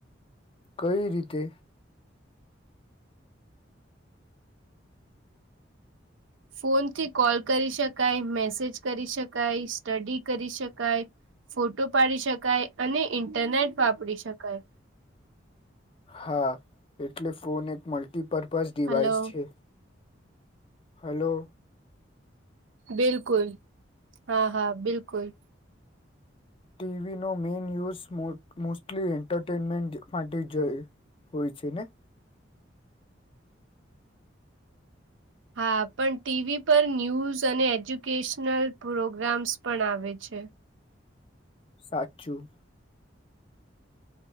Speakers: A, on the left (about 30°); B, on the right (about 85°).
A: કઈ રીતે.
B: ફોનથી કોલ કરી શકાય મેસેજ કરી શકાય સ્ટડી કરી શકાય. ફોટો પાડી શકાય અને ઇન્ટરનેટ વાપરી શકાય.
A: હા એટલે ફોન એક મલ્ટીપર્પઝ ડિવાઇસ
B: હલો.
A: છે. હલો.
B: બિલકુલ હા હા બિલકુલ.
A: ટીવીનો મેઇન યુઝ મો મોસ્ટલી એન્ટરટેનમેન્ટ માટે જો હોય છે ને.
B: હા પણ ટીવી પર ન્યૂઝ અને એજ્યુકેશનલ પ્રોગ્રામ્સ પણ આવે છે.
A: સાચું.